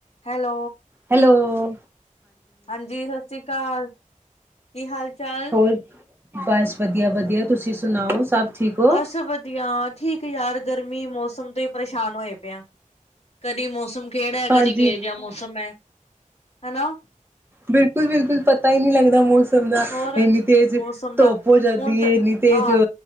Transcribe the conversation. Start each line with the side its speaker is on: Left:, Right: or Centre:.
Left: Hello
Right: hello ਹ
Left: ਹਾਂਜੀ ਸਤਿ ਸ੍ਰੀ ਅਕਾਲ ਕੀ ਹਾਲ ਚਾਲ
Right: ਹੋਰ ਬਸ ਵਧੀਆ ਵਧੀਆ ਤੁਸੀਂ ਸੁਣਾਓ ਸਭ ਠੀਕ ਹੋ
Left: ਬਸ ਵਧੀਆ ਠੀਕ ਯਾਰ ਗਰਮੀ ਮੌਸਮ ਤੋਂ ਹੀ ਪਰੇਸ਼ਾਨ ਹੋਏ ਪਿਆ ਕਦੀ ਮੌਸਮ ਕਿਹੜਾ ਹੈ।
Right: ਹਾਂਜੀ
Left: ਕਦੀ ਕਿ ਜਿਹਾ ਮੌਸਮ ਹੈ। ਹਨਾ
Right: ਬਿਲਕੁਲ ਬਿਲਕੁਲ ਪਤਾ ਹੀ ਨਹੀਂ ਲੱਗਦਾ ਮੌਸਮ ਦਾ
Left: ਹੋਰ
Right: ਇੰਨੀ ਤੇਜ਼
Left: ਮੌਸਮ
Right: ਧੁੱਪ
Left: ਦਾ
Right: ਹੋ ਜਾਂਦੀ
Left: ਹੁਣ ਤਾਂ
Right: ਹੈ ਇੰਨੀ ਤੇਜ਼
Left: ਹਾਂ